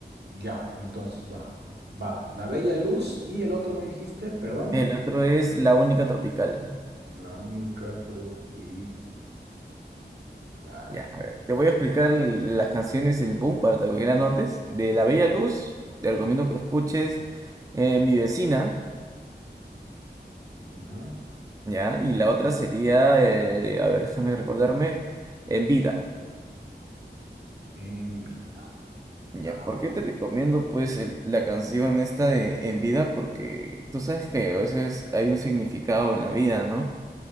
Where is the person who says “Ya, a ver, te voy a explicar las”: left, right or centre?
Right